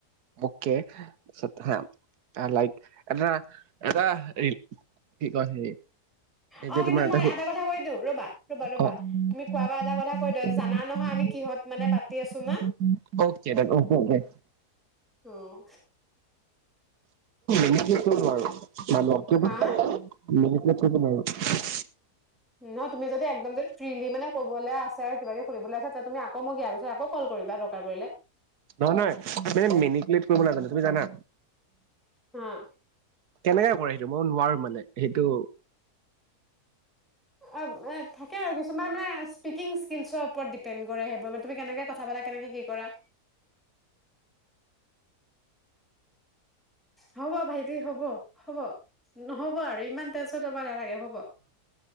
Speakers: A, on the right (about 85°); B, in the centre.
A: অহ'কে, তাৰপিছত হা, তাৰ লাইফ এ, ধৰা এটা এই, <unintelligible>
B: অ কিন্তু মই এটা কথা কৈ দিওঁ ৰবা ৰবা ৰবা তুমি কোৱা বা এটা কথা কৈ দিয়া জানা নহয় আমি কিহত মানে পাতি আছো মা অহ,
A: <unintelligible> কত
B: হা
A: কব নোৱাৰোঁ।
B: নহয় তুমি যদি একদম যদি ফ্ৰিলি মানে ক'বলৈ আছ, কিবা-কিবি সুধিবলৈ আছে তুমি আকৌ মোক ইয়াৰ পিছত আকৌ কল কৰিবা দৰকাৰ পৰিলে।
A: নহয় -, নহয় মানে মেনিকুলেট কৰিব নাজানো তুমি জানা?
B: হাঁ,
A: কেনেকে কৰে সেইটো, মই নোৱাৰো মানে সেইটো, -
B: অ', এ, থাকে আৰু কিছুমান মানে স্পিকিং স্কিলছৰ ওপৰত দিপেণ্ড কৰে সেইবোৰ তুমি কেনেকে কথা পাতা কেনেকে কি কৰা। হ'ব ভাইটি হ'ব - হ'ব। নহ'ব আৰু ইমান টেনচন লব নালাগে হ'ব।